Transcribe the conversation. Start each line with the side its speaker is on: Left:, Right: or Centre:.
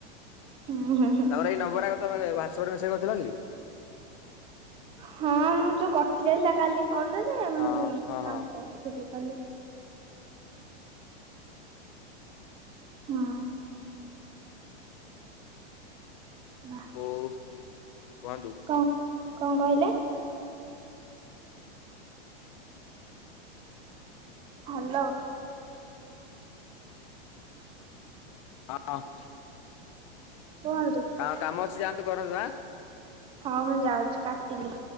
Right: ହୁଁ, ହୁଁ, ହୁଁ।
Left: ତାପରେ ଏଇ ନମ୍ବର ଟା କଣ ତମେ ହ୍ୱାଟ୍ସଅପ ରେ ମେସେଜ କରିଥିଲ କି?
Right: ହଁ ମୁଁ ଯୋଉ କଟି ଯାଇଥିଲା କାଲି କଲ ଟା ଯେ
Left: ହଁ
Right: ମୁଁ ତାଙ୍କୁ
Left: ହଁ ହଁ
Right: କ ରିସେଣ୍ଟଲି କଲି। ହୁଁ। <unintelligible>
Left: <unintelligible> କୁହନ୍ତୁ।
Right: କଣ, କଣ କହିଲେ? ହାଲୋ।
Left: <unintelligible>
Right: କୁହନ୍ତୁ।
Left: ଆଉ କାମ ଅଛି ଯାଆନ୍ତୁ କରନ୍ତୁ ଆଁ।
Right: ହଁ ମୁଁ ଯାଉଚି କାଟିଲି।